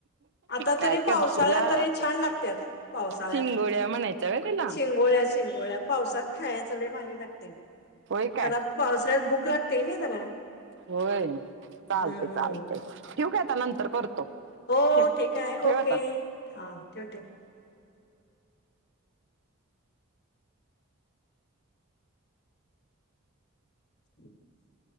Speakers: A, on the left; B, on the right.
A: आता
B: काय
A: तरी
B: करशीला
A: पावसाळ्यात तरी छान लागत्यात पावसाळ्यात
B: शिंगोळ्या म्हणायच्या व्हय तेला?
A: शिंगोळ्या शिंगोळ्या पावसात खायच लई भारी लागतय.
B: होय काय
A: घरात पावसाळ्यात भूक लागतेय नाही जरा
B: होय
A: हम्म
B: चालते चालतय ठेवू का आता नंतर करतो.
A: हो
B: ठेव
A: ठीक आहे
B: ठेव
A: ओके
B: आता.
A: हा ठेव ठेव <inaudible>